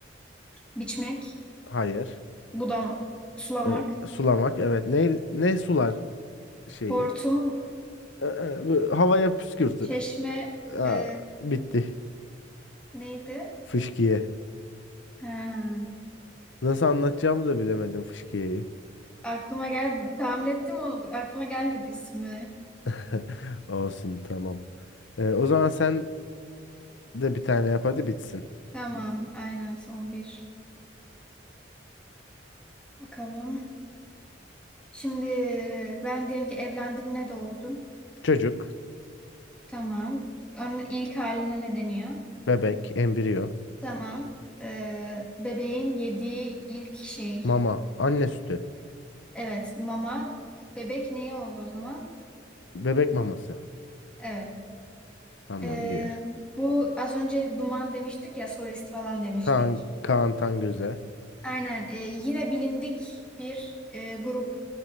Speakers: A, in the centre; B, on the left (about 75°).
A: Biçmek.
B: Hayır.
A: Budam. Sulamak.
B: E, sulamak. Evet. Ne ne sular? şeyi.
A: Hortum.
B: E, e, böyle havaya püskürtür.
A: Çeşme
B: Ha,
A: e,
B: bitti.
A: neydi?
B: Fışkiye.
A: Ha,
B: Nasıl anlatacağımı da bilemedim fışkiyeyi.
A: aklıma geldi. Tahmin ettim onu. Aklıma gelmedi ismi.
B: <laughs> Olsun tamam. E, o zaman sen de bir tane yap hadi bitsin.
A: Tamam, aynen son bir. Bakalım. Şimdi ben diyelim ki evlendim ne doğurdum?
B: Çocuk,
A: Tamam. Ön, ilk haline ne deniyor?
B: bebek, embriyo,
A: Tamam. E, bebeğin yediği ilk şey.
B: mama, anne sütü,
A: Evet, mama. Bebek neye oldu o zaman?
B: bebek maması.
A: Evet.
B: Tamam
A: E,
B: bir.
A: bu az önce duman demiştik ya solist falan demiştik.
B: Kaan, Kaan Tangöze.
A: Aynen e, yine bilindik bir e,